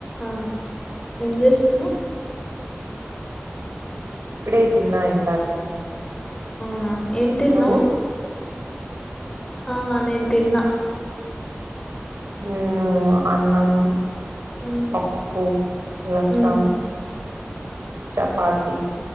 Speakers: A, on the left; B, on the right.
A: ఆ ఏం చేస్తున్నా
B: ఇప్పుడే తిన్నా ఇందాకే
A: అవునా ఏం తిన్నావ్
B: నువ్వు
A: ఆ నేన్ తిన్నా
B: నేను అన్నం నేను
A: మ్మ్
B: పప్పు రసం
A: మ్మ్
B: చపా తి